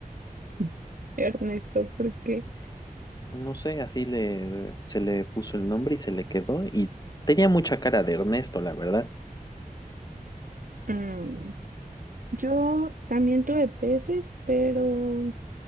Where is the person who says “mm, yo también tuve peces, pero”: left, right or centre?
Right